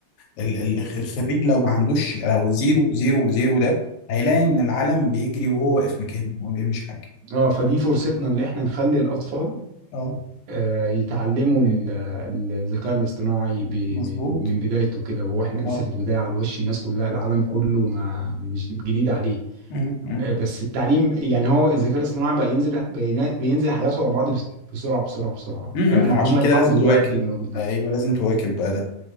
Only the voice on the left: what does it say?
ال- ال- الخريج لو ما عندوش لو زيرو زيرو زيرو ده هيلاقي ان العالم بيجري وهو واقف مكانه هو ما بيعملش حاجه
اه
مظبوط
اه
أمم، أمم،
أمم.
ما هو عشان كده
لازم
تواكب
ايوه لازم تواكب بقى ده